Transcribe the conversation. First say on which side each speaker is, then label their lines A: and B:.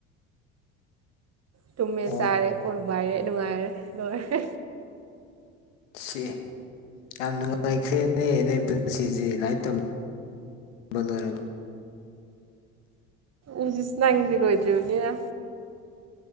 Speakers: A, on the right; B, on the left.
A: ꯇꯨꯝꯃꯦ
B: ꯑꯣ
A: ꯆꯥꯔꯦ ꯐꯣꯟ ꯄꯥꯏꯔꯦ ꯅꯨꯡꯉꯥꯏꯔꯦ ꯂꯣꯏꯔꯦ
B: ꯁꯤꯑꯦ ꯌꯥꯝ ꯅꯨꯡꯉꯥꯏꯈ꯭ꯔꯦꯅꯦ ꯅꯣꯏ ꯄꯨꯟꯁꯤꯁꯦ ꯂꯥꯏꯔꯤꯛ ꯇꯝ ꯕꯂꯣꯏꯔ
A: ꯎꯁꯤꯁ ꯅꯪꯗꯤ ꯂꯣꯏꯗ꯭ꯔꯤꯕꯅꯤꯅ